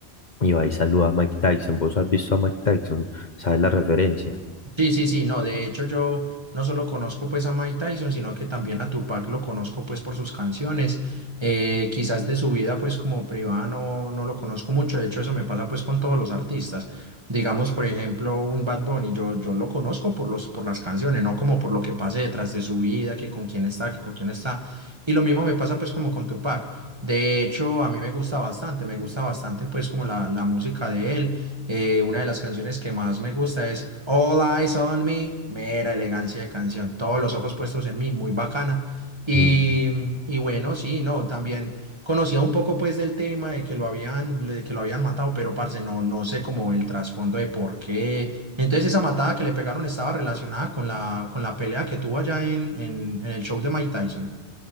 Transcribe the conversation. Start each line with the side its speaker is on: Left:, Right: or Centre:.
Left: y va y saluda a Mike Tyson. ¿Vos has visto a Mike Tyson? ¿Sabes la referencia?
Right: Sí, sí, sí, no, de hecho yo no solo conozco pues a Mike Tyson, sino que también a Tupac lo conozco pues por sus canciones, eh, quizás de su vida pues como privada no, no lo conozco mucho, de hecho eso me pasa pues con todos los artistas, digamos por ejemplo un Bad Bunny, yo, yo lo conozco por los, por las canciones, no como por lo que pase detrás de su vida, que con quién está, que con quién está, y lo mismo me pasa pues como con Tupac, de hecho a mí me gusta bastante, me gusta bastante pues como la, la música de él eh, una de las canciones que más me gusta es All Eyes on Me, mera elegancia de canción, todos los ojos puestos en mí, muy bacana. Y,
Left: <laughs>
Right: y bueno, sí, no, también conocía un poco pues del tema de que lo habían, de que lo habían matado, pero parce, no, no sé como el trasfondo de por qué. Entonces esa matada que le pegaron estaba relacionada con la, con la pelea que tuvo allá en, en, en el show de Mike Tyson.